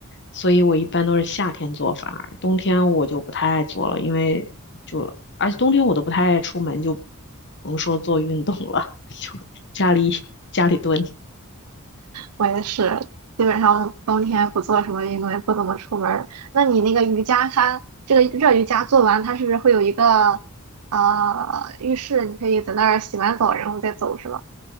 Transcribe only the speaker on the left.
所以我一般都是夏天做，反而冬天我就不太爱做了，因为就而且冬天我都不太爱出门，就甭说做运动了，<laughs> 就家里家里蹲。